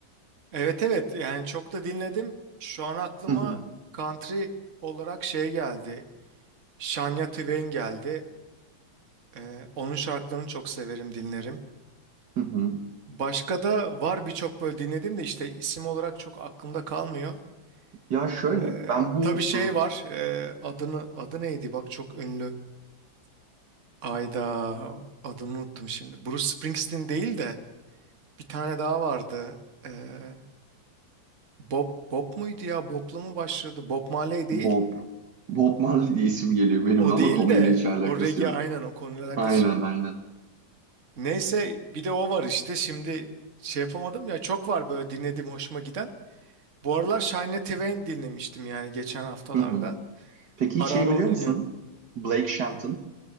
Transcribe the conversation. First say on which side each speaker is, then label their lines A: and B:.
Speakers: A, on the right (about 40°); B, on the right (about 60°).
A: Evet evet yani çok da dinledim. Şu an aklıma
B: Hı hı,
A: country olarak şey geldi. Shania Twain geldi. Ee, onun şarkılarını çok severim dinlerim.
B: hı hı.
A: Başka da var birçok böyle dinledim de işte isim olarak çok aklımda kalmıyor.
B: Ya şöyle,
A: Ee,
B: ben bu
A: tabii şey var. e, adını adı neydi? Bak çok ünlü. Ayda adını unuttum şimdi. Bruce Springsteen değil de bir tane daha vardı. Ee, Bob Bob muydu ya? Bob'la mı başladı? Bob Marley değil.
B: e, Bob, Bob Marley diye isim geliyor benimle
A: O
B: ama
A: değil
B: konuyla
A: de
B: hiç alakası
A: o regi
B: yok.
A: aynen o konuyla alakası
B: Aynen,
A: yok.
B: aynen.
A: Neyse bir de o var işte şimdi şey yapamadım ya çok var böyle dinlediğim hoşuma giden. Bu aralar Shania Twain dinlemiştim yani geçen haftalarda.
B: Hı hı. Peki
A: Ara
B: hiç şey
A: ara
B: biliyor
A: onu dinliyorum.
B: musun? Blake Shelton,